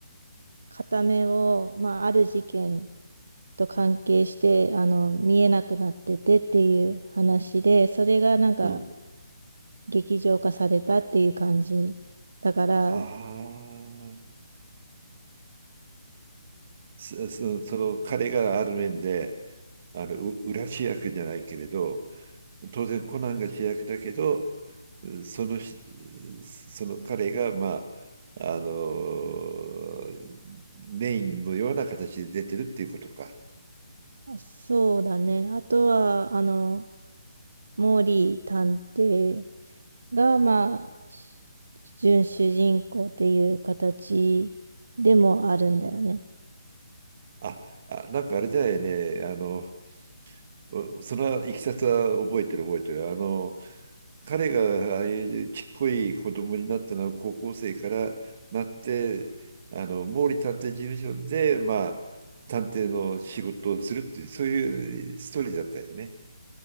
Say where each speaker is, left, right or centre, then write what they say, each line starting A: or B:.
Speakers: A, on the right; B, on the right.
A: 片目を、まあ、ある事件と関係して、あの、見えなくなっててっていう話で、それがなんか
B: うん。
A: 劇場化されたっていう感じだから、
B: ああ、そ、そその彼がある面で、あの、う裏主役じゃないけれど、当然コナンが主役だけど、うんそのし、その彼が、まあ、あの、メインのような形で出てるっていうことか。
A: あそうだね。あとは、あの、モーリー探偵が、まあ、し準主人公っていう形でもあるんだよね。
B: あ、あ、なんかあれだよね、あの、おそのいきさつは覚えてる覚えてる。あの、彼がああいうちっこい子供になったのは高校生からなって、あの、毛利探偵事務所で、まあ、探偵の仕事をするっていう、そういうストーリーだったよね。